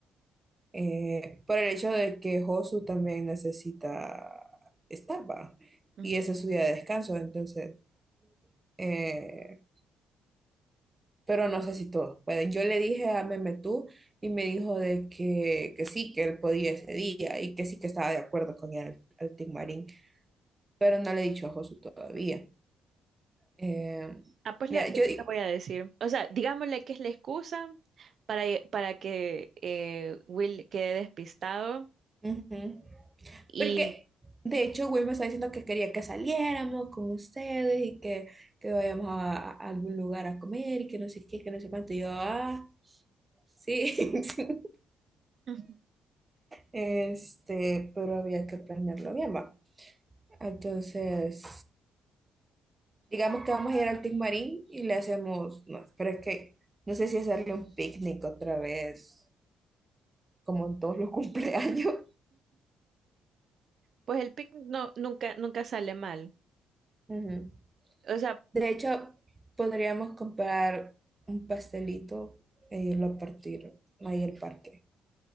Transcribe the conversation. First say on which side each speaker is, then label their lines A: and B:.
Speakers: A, on the right; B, on the right.
A: eh, por el hecho de que Josu también necesita estar, va,
B: Ujú.
A: y ese es su día de descanso, entonces... eh, pero no sé si todos pueden. Yo le dije a Meme tú y me dijo de que, que sí, que él podía ese día y que sí que estaba de acuerdo con el, el Team Marín, pero no le he dicho a Josu todavía. Eh,
B: Ah, pues
A: mira,
B: le, le-
A: yo digo,
B: le voy a decir. O sea, digámosle que es la excusa para, para que eh, Will quede despistado
A: ujú,
B: y
A: porque de hecho Will me está diciendo que quería que saliéramos con ustedes y que, que vayamos a, a algún lugar a comer y que no sé qué, que no sé cuánto. Y yo, ah, sí, <laughs> sí.
B: <laughs>
A: Este, pero había que planearlo bien, va. Entonces, digamos que vamos a ir al Tic Marín y le hacemos, no, pero es que no sé si hacerle un picnic otra vez, como en todos los <laughs> cumpleaños.
B: pues el picnic no, nunca, nunca sale mal.
A: Ujú.
B: O sea,
A: De hecho, podríamos comprar un pastelito e irlo a partir ahí al parque.